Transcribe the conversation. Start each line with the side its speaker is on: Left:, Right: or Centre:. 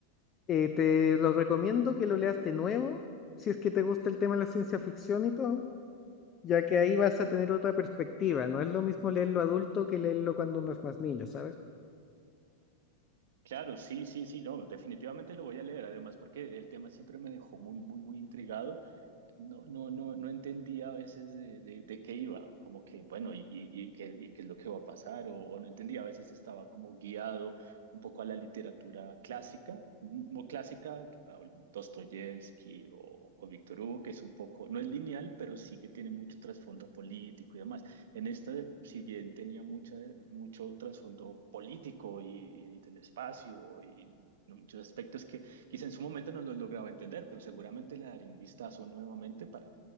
Left: Eh, te lo recomiendo que lo leas de nuevo, si es que te gusta el tema de la ciencia ficción y todo ya que ahí vas a tener otra perspectiva. No es lo mismo leerlo adulto que leerlo cuando uno es más niño, ¿sabes?
Right: Claro, sí, sí, sí, no, definitivamente lo voy a leer, además porque el tema siempre me dejó muy, muy, muy intrigado. no, no, no, no entendía a veces de, de, de qué iba, como que, bueno, y, y, y qué, y qué es lo que va a pasar, o, o no entendía, a veces estaba como guiado un poco a la literatura clásica, muy clásica, a Dostoyevsky o, o Víctor Hugo, que es un poco, no es lineal, pero sí que tiene mucho trasfondo político y demás. En esta, si bien tenía mucha, mucho trasfondo político y, y del espacio y muchos aspectos que Quizá en su momento no lo lograba entender, pero seguramente le daré un vistazo nuevamente para,